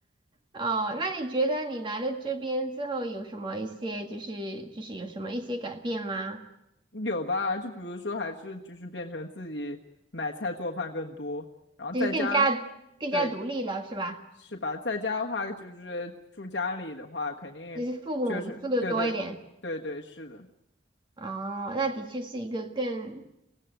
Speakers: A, on the right; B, on the left.
A: 哦，那你觉得你来了这边之后有什么一些就是就是有什么一些改变吗？
B: <laughs> 有吧？就比如说还是就是变成自己买菜做饭更多，然后在家。
A: 就是更加更加独立了是吧？
B: 对，是吧？在家的话，就是住家里的话，肯定就是对对对对，
A: 就是父母做的多一点。
B: 是的，
A: 哦，那的确是一个更